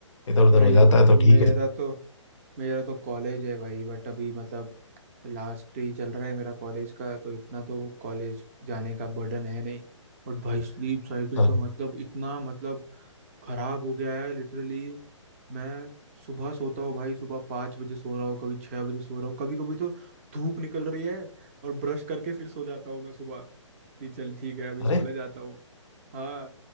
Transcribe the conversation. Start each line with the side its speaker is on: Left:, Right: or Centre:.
Left: इधर उधर
Right: भाई
Left: हो जाता है तो ठीक
Right: मेरा
Left: है
Right: तो मेरा तो कॉलेज है भाई बट अभी मतलब लास्ट ही चल रहा है मेरा कॉलेज का तो इतना तो कॉलेज जाने का बर्डन है नहीं और भाई स्लीप साइकिल
Left: अच्छा,
Right: तो मतलब इतना मतलब खराब हो गया है लिटरली मैं सुबह सोता हूँ भाई सुबह पाँच बजे सो रहा हूँ कभी छह बजे सो रहा हूँ कभी कभी तो धूप निकल रही है और ब्रश करके फिर सो जाता हूँ मैं सुबह कि चल ठीक है अभी
Left: अरे
Right: सोने जाता हूँ हाँ